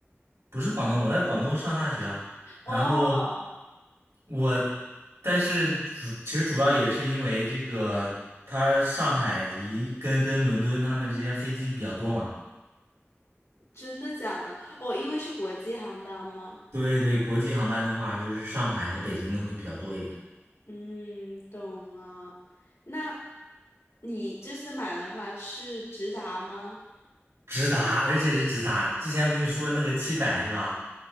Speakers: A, on the right (about 80°); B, on the left (about 85°).
A: 不是广东，我在广东上大学啊。然后
B: 哦，
A: 我，但是主其实主要也是因为这个，它上海离跟跟伦敦他们之间飞机比较多嘛。
B: 真的假的？哦，因为是国际航班吗？
A: 对对，国际航班的话，就是上海和北京的会比较多一点。
B: 嗯，懂了。那你这次买的话是直达吗？
A: 直达，而且是直达。之前我跟你说那个七百是吧？